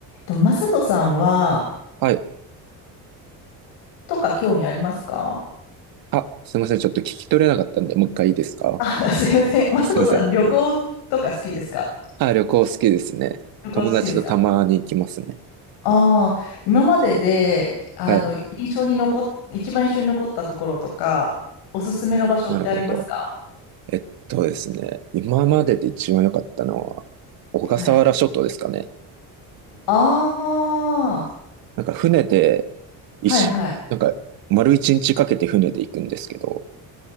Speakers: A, on the left (about 80°); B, on the right (about 60°).
A: と、マサトさんは、
B: はい。
A: とか興味ありますか
B: あ、すいません。ちょっと聞き取れなかったんで、もう一回いいですか
A: あ、<laughs> すいません。マサトさん、
B: あすいません。
A: 旅行とか好きですか
B: あ、旅行好きですね。
A: 旅行好きですか
B: 友達とたまに行きますね。
A: ああー、今までで、あの、
B: はい。
A: 印象に残っ、一番印象に残ったところとか、おすすめの場所ってありますか
B: なるほど。えっとですね。今までで一番良かったのは、小笠原諸島ですかね。
A: はい。ああ、
B: なんか船で、一し、
A: はいはい。
B: なんか丸一日かけて船で行くんですけど。